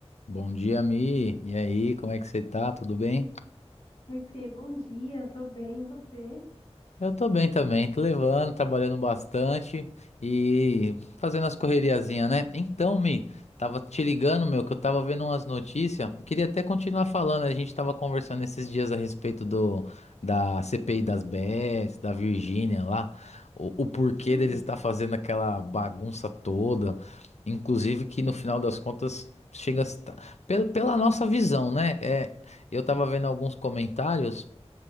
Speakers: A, on the left; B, on the left.
A: Bom dia, Mi. E aí, como é que você tá? Tudo bem?
B: Oi, Fê, bom dia, tô bem, e você?
A: Eu tô bem também, tô levando, trabalhando bastante e fazendo as correriazinhas, né? Então, Mi, tava te ligando, meu, que eu tava vendo umas notícias. Queria até continuar falando, a gente tava conversando esses dias a respeito do da CPI das Bets, da Virgínia lá, o, o porquê
B: Hum,
A: deles estar fazendo aquela bagunça toda, inclusive que no final das contas chega a, estar- pela, pela nossa visão, né? É, eu tava vendo alguns comentários